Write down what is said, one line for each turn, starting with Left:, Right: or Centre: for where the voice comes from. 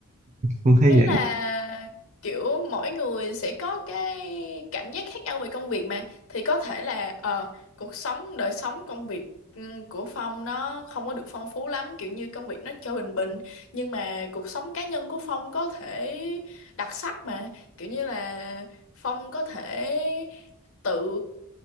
Right: không thấy
Left: ý
Right: vậy
Left: là kiểu mỗi người sẽ có cái cảm giác khác nhau về công việc mà thì có thể là ờ cuộc sống đời sống công việc ừ, của Phong nó không có được phong phú lắm kiểu như công việc nó cho bình bình nhưng mà cuộc sống cá nhân của Phong có thể đặc sắc mà kiểu như là Phong có thể tự